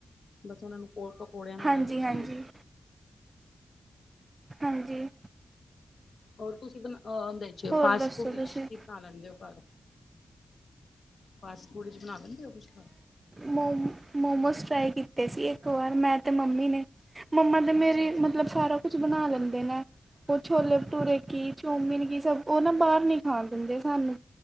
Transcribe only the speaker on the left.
ਬਸ ਉਹਨਾਂ ਨੂੰ ਕੋ ਪਕੌੜਿਆਂ ਨਾਲ
ਐਲਰਜੀ
ਹੋਰ, ਤੁਸੀਂਹ ਹੋ
ਫਾਸਟ
ਫੂਡ ਵਿੱਚ
ਬਣਾ ਲੈਂਦੇ ਹੋ ਘਰ, ਫਾਸ ਫੂਡ 'ਚ ਬਣਾ ਲੈਂਦੇ ਹੋ ਕੁਛ ਘਰ
ਅੱਛਾ ਅੱਛਾ
ਅੱਛਾ